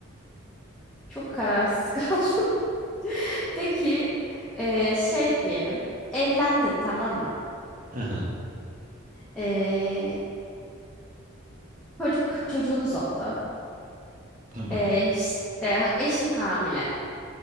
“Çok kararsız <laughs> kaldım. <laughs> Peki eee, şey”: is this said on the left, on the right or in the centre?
Centre